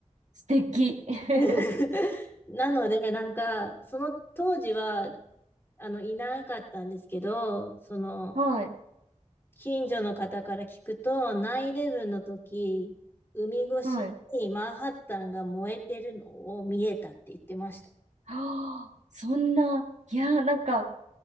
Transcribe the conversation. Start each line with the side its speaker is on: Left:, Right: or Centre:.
Right: 素敵。<laughs>
Left: <laughs> なので、なんか、その当時は、あの、いなかったんですけど、その、
Right: はい。
Left: 近所の方から聞くと、9-11の時、海越しにマンハッタンが燃えてるのを見えたって言ってました。
Right: はい。はあ、そんな、いやー、なんか、